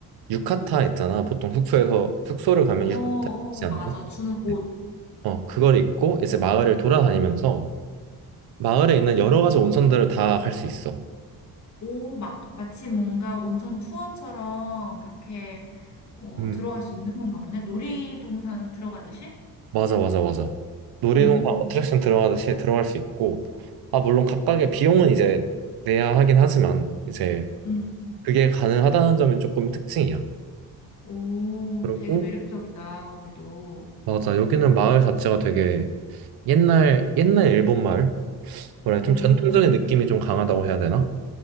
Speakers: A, on the right (about 70°); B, on the left (about 50°).
A: 유카타 있잖아. 보통 숙소에서 숙소를 가면
B: 어,
A: 유카타
B: 어,
A: 있지 않나?
B: 맞아. 주는 옷.
A: 네. 어, 그걸 입고 이제 마을을 돌아다니면서 마을에 있는 여러 가지 온천들을 다 갈 수 있어.
B: 오 막, 마치 뭔가 온천 투어처럼 이렇게, 어,
A: 음.
B: 들어갈 수 있는 건가 보네. 놀이동산 들어가듯이?
A: 맞아, 맞아, 맞아. 놀이동산
B: 오,
A: 어트랙션 들어가듯이 들어갈 수 있고, 아, 물론 각각의 비용은 이제 내야 하긴 하지만 이제
B: 응.
A: 그게 가능하다는 점이 조금 특징이야.
B: 오,
A: 그리고
B: 되게 매력적이다, 거기도.
A: 맞아. 여기는 마을 자체가 되게 옛날, 옛날 일본 마을? 뭐래,
B: 어.
A: 좀 전통적인 느낌이 좀 강하다고 해야 되나?